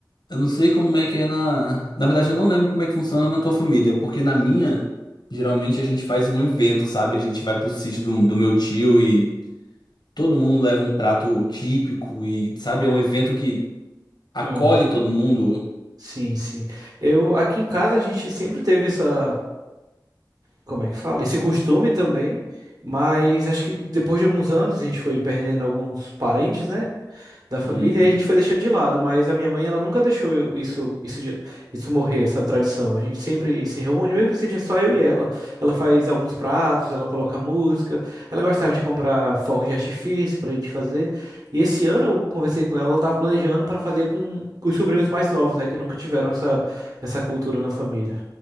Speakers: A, on the left (about 75°); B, on the right (about 60°).
A: Eu não sei como é que é na. Na verdade, eu não lembro como é que funciona na tua família, porque na minha, geralmente a gente faz um evento, sabe? A gente vai pro sítio do, do meu tio e todo mundo leva um prato típico e, sabe, é um evento que acolhe
B: Aham.
A: todo mundo.
B: Sim, sim. Eu aqui em casa a gente sempre teve essa, como é que fala? Esse costume também, mas acho que depois de alguns anos a gente foi perdendo alguns parentes, né? da família
A: Uhum.
B: e a gente foi deixando de lado, mas a minha mãe ela nunca deixou eu- isso isso de- isso morrer, essa tradição. A gente sempre se reúne, mesmo que seja só eu e ela. Ela faz alguns pratos, ela coloca música, ela gostava de comprar fogos de artifício pra gente fazer. E esse ano eu conversei com ela, ela tava planejando para fazer com os sobrinhos mais novos, né, que nunca tiveram essa essa cultura na família.